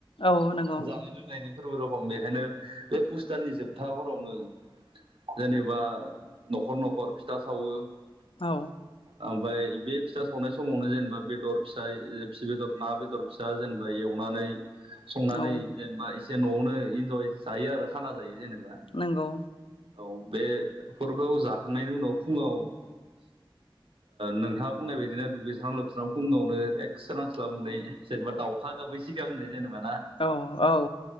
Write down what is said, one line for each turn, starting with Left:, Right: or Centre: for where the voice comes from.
Left: औ नंगौ
Right: जानाय लोंनायनि फोरबो रखम बेखायनो बे पुस्टाननि जोबथा हरावनो जेनेबा न'खर न'खर फिथा सावो।
Left: औ
Right: ओमफ्राय बे फिथा सावनाय समावनो जेनेबा बेदर फिसा फि बेदर ना बेदर फिसा जेनेबा एव मानै संनानै
Left: औ
Right: जेनेबा एसे न'आवनो इन्जय जायो आरो खाना जायो जेनेबा
Left: नंगौ
Right: औ बे फोरखौ जाखांनायनि उनाव फुङाव ओ नोंथाङा बुंनाय बायदिनो दुगैस्रां लोबस्रां फुंनावनो एक्स सोरांस्लाब मोनै जेनेबा दाउखा गाबै सिगांनो जेनबा ना
Left: औ औ